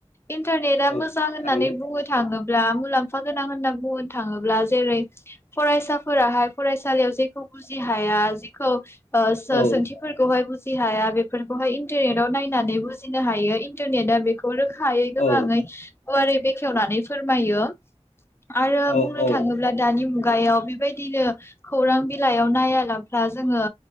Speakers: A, on the left; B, on the left.
A: इन्टारनेटआ
B: औ
A: मोजां होननानै
B: थारैनो
A: बुंनो थाङो ब्ला मुलाम्फा गोनां होनना बुंनो थाङोब्ला जेरै फरायसाफोराहाय फरायसालियाव जेखौ बुजि हाया जेखौ ओ सो
B: औ
A: सोंथिफोरखौहाय बु बुजिहाया बेफोरखौहाय इन्टारनेटाव नायनानै बुजिनो हायो इन इन्टारनेटा बेखौ रोख हायो गोबाङै
B: औ
A: गुवारै बेखेवनानै फोरमायो। आरो
B: औ
A: बुंनो थाङोब्ला
B: औ
A: दानि मुगायाव बेबायदिनो खौरां बिलाइयाव नायालाबा जोङो